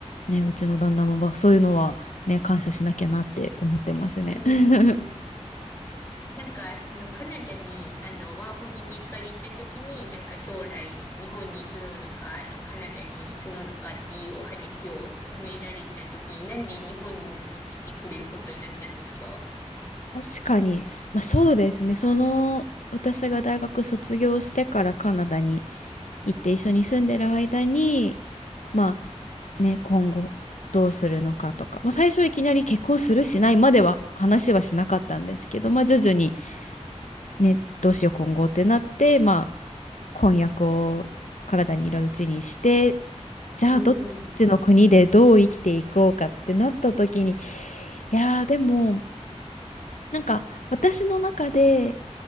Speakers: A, on the left; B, on the left.
A: ね、うちの旦那もまあそういうのは、ね、感謝しなきゃなって思ってますね。
B: う
A: <laughs>
B: ん、なんか、そのカナダに、あの、ワーホリで行かれた時に、なんか将来、日本に住むのか、あの、カナダに住むのかっていうお話を詰められた時に、なんで日本に来てくれることになったんですか
A: 確かに、すまあ、そうですね。その、私が大学卒業してからカナダに行って一緒に住んでる間に、まあね、今後どうするのかとか、まあ、最初いきなり結婚するしないまでは話はしなかったんですけど、まあ、徐々にね、どうしよう今後ってなって、まあ、婚約を体にいるうちにして、じゃあどっちの国でどう生きていこうかってなった時に、
B: うん、うん
A: いやーでも、なんか私の中で、